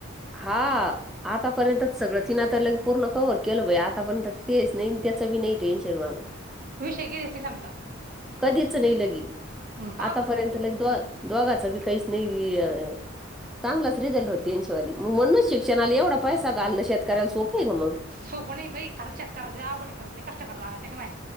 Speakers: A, in the centre; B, on the right (about 45°).
A: हां. आतापर्यंतच सगळं तिनं तवर ल पूर्ण कवर केलं बाई, आतापर्यंत तेच नाही त्याचं बी नाही टेन्शन मला. <inaudible>
B: विषय गेलेच ते समजा
A: कधीच नाही लगी,
B: हम्म पहा
A: आतापर्यंत
B: बरं मग
A: लग दो अ दोगाचं बी काही नाहीयऽ, चांगलाच रिझल्ट होत वाली,, मग म्हणूनच शिक्षणाला एवढा पैसा घालणं शेतकऱ्यांला सोपं आहे का मग.
B: सोपं नै बाई, खारंच शेतकर्याच लय आवघड खरच लय कष्ट कराला लागते गं माय.